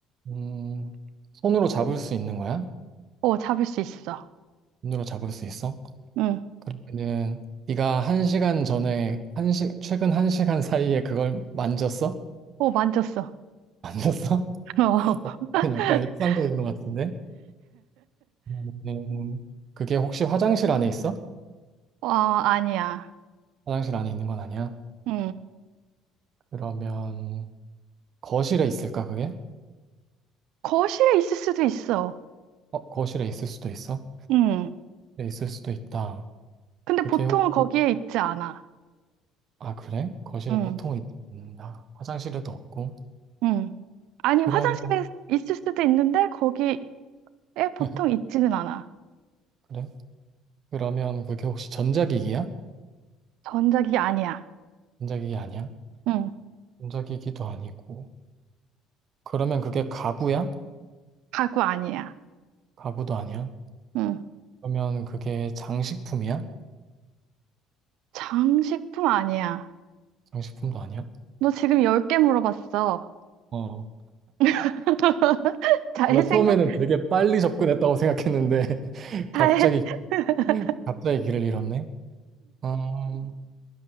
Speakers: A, on the right; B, on the right.
A: 음, 손으로 잡을 수 있는 거야?
B: 오, 잡을 수 있어.
A: 손으로 잡을 수 있어?
B: 응.
A: 그러면은, 네가 한 시간 전에, 한 시, 최근 한 시간 사이에 그걸 만졌어?
B: 오, 만졌어.
A: 안 났어? <laughs>
B: <laughs>
A: 그건 약간 일상적인 것 같은데? 그러면은 그게 혹시 화장실 안에 있어?
B: 어, <laughs> 어, 아니야.
A: 화장실 안에 있는 건 아니야.
B: 응
A: 그러면 거실에 있을까, 그게?
B: 거실에 있을 수도 있어.
A: 어, 거실에 있을 수도 있어?
B: 응.
A: 네, 있을 수도 있다.
B: 근데
A: 그게
B: 보통은
A: 혹시,
B: 거기에 있지 않아.
A: 아, 그래? 거실에
B: 응,
A: 보통은 있지 않는다. 화장실에도 없고.
B: 응. 아니,
A: 그러면,
B: 화장실에 있을 수도 있는데 거기에 보통
A: <laughs>
B: 있지는 않아.
A: 그래? 그러면 그게 혹시 전자기기야?
B: 전자기기 아니야.
A: 전자기기 아니야?
B: 응.
A: 전자기기도 아니고. 그러면 그게 가구야?
B: 가구 아니야.
A: 가구도 아니야?
B: 응.
A: 그러면 그게 장식품이야?
B: 장식품 아니야.
A: 장식품도 아니야?
B: 너 지금 10개 물어봤어.
A: 어.
B: <laughs> 잘
A: 아, 나 처음에는
B: 생각,
A: 되게 빨리 접근했다고 생각했는데 <laughs>
B: 잘.
A: 갑자기
B: <laughs>
A: 갑자기 길을 잃었네. 음,